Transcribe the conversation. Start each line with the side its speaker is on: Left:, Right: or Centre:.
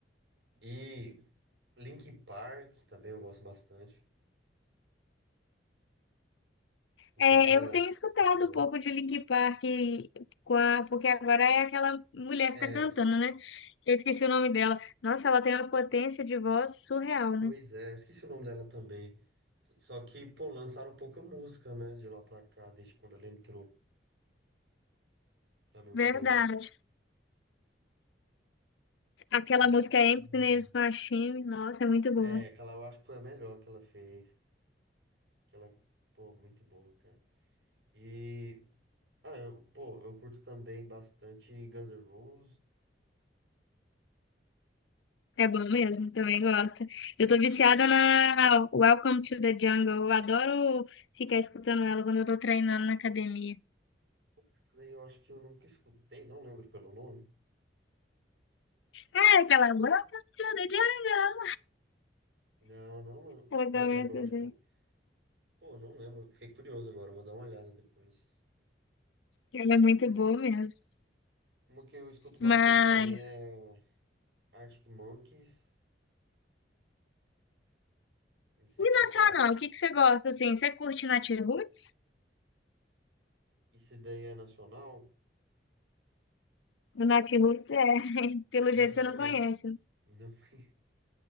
Right: E Linkin Park também eu gosto bastante, não
Left: É,
Right: sei se já
Left: eu tenho escutado
Right: escutou.
Left: um pouco de Linkin Park, com a- porque agora é aquela mulher
Right: É,
Left: que tá cantando, né? Eu esqueci o nome dela. Nossa, ela tem uma potência de voz surreal, né?
Right: pois é, esqueci o nome dela também, S- só que, pô, lançaram pouca música, né, de lá pra cá, desde quando ela entrou, na minha opinião.
Left: Verdade. Aquela
Right: Eu esqueci.
Left: música Emptiness
Right: o
Left: Machine, nossa, é muito
Right: É,
Left: boa.
Right: aquela eu acho que foi a melhor que ela fez. Aquela, pô, muito boa, cara. E, ah, eu, pô, eu curto também bastante Guns N' Roses.
Left: É bom mesmo, também gosto. Eu tô viciada na Welcome to the Jungle. Eu adoro ficar escutando ela quando eu tô treinando na academia.
Right: Isso daí eu acho que eu nunca escutei, não lembro pelo nome.
Left: Ah, aquela Welcome to the Jungle.
Right: Não, não,
Left: Ela
Right: não
Left: começa
Right: lembro, eu acho
Left: assim.
Right: que eu, pô, não lembro. Fiquei curioso agora, eu vou dar uma olhada depois.
Left: Ela é muito boa mesmo.
Right: Uma que eu escuto bastante
Left: Mas,
Right: também é Arctic Monkeys. Não sei
Left: e
Right: se você
Left: nacional,
Right: gosta.
Left: o que que você gosta, assim? Você curte Nath Roots?
Right: Isso daí é nacional?
Left: O Nath Roots é, <laughs> pelo
Right: Não,
Left: jeito
Right: não
Left: você
Right: conheço.
Left: não conhece.
Right: Não <laughs>